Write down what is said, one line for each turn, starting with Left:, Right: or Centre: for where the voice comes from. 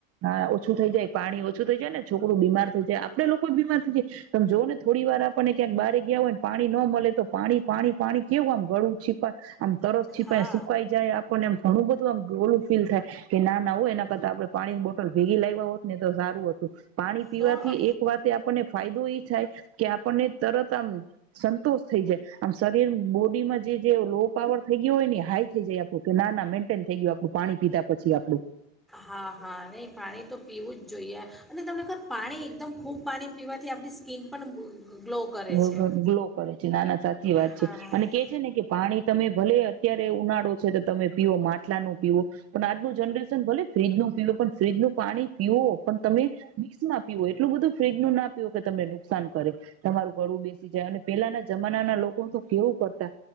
Right: હા ઓછું થઈ જાય. પાણી ઓછું થઈ જાય ને છોકરું બીમાર થ <unintelligible> આપડે લોકો એય બીમાર થઈ જાય. તમે જોઓ ને થોડી વાર આપણને ક્યાંક બહારે ગયા હોય ને પાણી ન મલે તો, પાણી-પાણી-પાણી કેવું આમ ગળું છીપા આમ તરસથી છીપાઈ
Centre: હા
Right: સુકાઈ જાય, આપણને આમ ઘણું બધું આમ ગોળું ફીલ થાય. કે ના, ના હો એના કરતા આપડે પણ ભેગી લાયવા હોત ને તો સારું હતું. પાણી પીવાથી
Centre: તો અ,
Right: એક વાત આપણને ફાયદો ઈ થાય કે આપ પણ એ તરત આમ સંતોષ થઈ જાય આમ શરીર બોડીમાં જે જે લો પાવર થઈ ગયો હોય ને હાઈ થઈ જાય આપું કે ના ના મેન્ટેન થઈ ગયું આપણું પાણી પીધા પછી આપડું.
Centre: હા હા નહીં પાણી તો પીવું જ જોઈએ અને તમને ખર પાણી એકદમ ખૂબ પાણી પીવાથી આપણી સ્કીન પણ ગ્લો કરે
Right: ગ્લો
Centre: છે
Right: કરે છે. નાના સાચી વાત
Centre: હા
Right: છે
Centre: હા
Right: અને કે
Centre: તો
Right: છે ને કે પાણી તમે ભલે અત્યારે ઉનાળો છે તો તમે પીઓ માટલાનું પીવો પણ આજનું જનરેશન ભલે ફ્રીજનું પીઓ પણ ફ્રીજનું પાણી પીવો પણ તમે મિક્સમાં પીઓ એટલું બધું ફ્રીજનું ના પીવ કે તમને નુકસાન કરે. તમારું ગળું બેસી જાય અને પેલાના જમાના ના લોકો તો કેવું કરતા